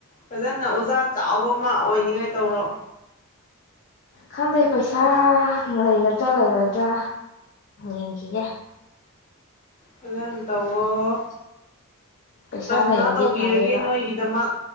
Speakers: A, on the left; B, on the left.
A: ꯐꯖꯅ ꯑꯣꯖꯥ ꯆꯥꯎꯕ ꯑꯃ ꯑꯣꯏꯅꯤꯉꯥꯏ ꯇꯧꯔ‌ꯣ
B: ꯈꯪꯗꯦ ꯄꯩꯁꯥ ꯂꯩꯒꯗ꯭ꯔꯥ ꯂꯩꯔꯣꯏꯗ꯭ꯔꯥ ꯌꯦꯡꯈꯤꯒꯦ
A: ꯐꯖꯅ ꯇꯧꯑ‍ꯣ
B: ꯄꯩꯁꯥ
A: ꯄ꯭ꯔꯊꯅꯥ
B: ꯂꯩꯔꯗꯤ
A: ꯇꯧꯕꯤꯔꯒꯦ
B: ꯐꯗꯣꯏꯕ
A: ꯅꯣꯏꯒꯤꯗꯃꯛ